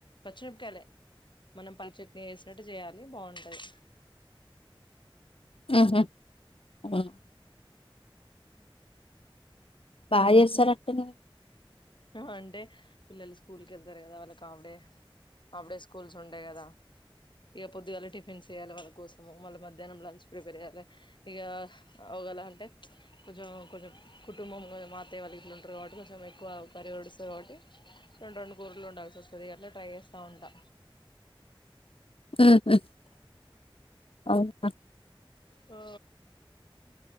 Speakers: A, on the left; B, on the left.
A: పచ్చిమిరపకాయలే మనం పల్లి చట్నీ వేసినట్టు చేయాలి బాగుంటది.
B: హ్ మ్ ఓ ఆ బాచేస్తరంటగా
A: ఆ అంటే పిల్లలు స్కూల్కి ఎళ్తారు కదా వాళ్ళకి హాఫ్డే హాఫ్డే స్కూల్స్ ఉండే కదా ఇగ పొద్దుగాల టిఫిన్స్ చేయాలే వాళ్ళ కోసము మళ్ళీ మధ్యాహ్నం లంచ్ ప్రిపేర్ చేయాలె ఇగా ఒగల అంటే కొంచం కొంచం కుటుంబం మా అత్తయ్య వాళ్ళు గిట్లా ఉంటారు కాబట్టి కొంచం ఎక్కువ పరి ఒడుస్తది కాబట్టి రెండు రెండు కూరలు వండాల్సి వస్తది అట్ల ట్రై చేస్త ఉంటా
B: ఉమ్ అవునా
A: ఓ...